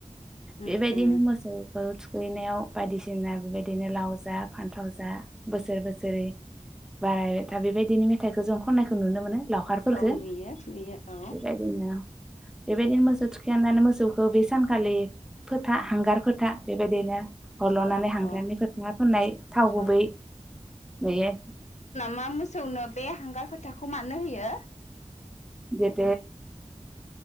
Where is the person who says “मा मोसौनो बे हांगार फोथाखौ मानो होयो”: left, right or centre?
Left